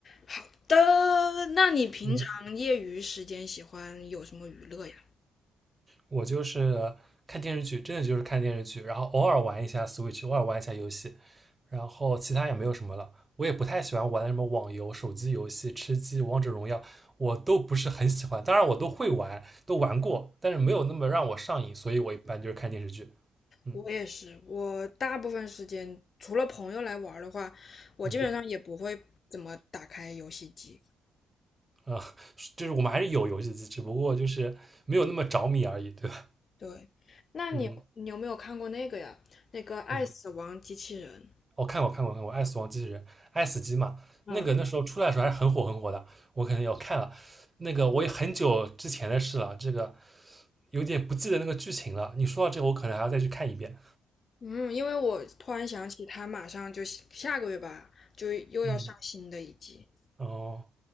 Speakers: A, on the left; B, on the right.
A: 好的，那你平常业余时间喜欢有什么娱乐呀？
B: 嗯，我就是看电视剧，真的就是看电视剧，然后偶尔玩一下 Switch，偶尔玩一下游戏，然后其他也没有什么了。我也不太喜欢玩什么网游、手机游戏、吃鸡、王者荣耀，我都不是很喜欢。当然，我都会玩，都玩过，但是没有那么让我上瘾，所以我一般就是看电视剧。嗯
A: 我也是，我大部分时间除了朋友来玩儿的话，我基本上也不会怎么打开游戏机。
B: 嗯啊，就是我们还是有游戏机，只不过就是没有那么着迷而已，对吧？
A: 对，那你你有没有看过那个呀？
B: 嗯
A: 那个《爱死亡机器人》。
B: 嗯我看过看过看过《爱死亡机器人》《爱死机》嘛，
A: 嗯
B: 那个那时候出来的时候还是很火很火的，我肯定有看了。那个我也很久之前的事了，这个有点不记得那个剧情了。你说到这个，我可能还要再去看一遍。
A: 嗯，因为我突然想起，它马上就下下个月吧，就又要上新的一季，
B: 嗯，哦，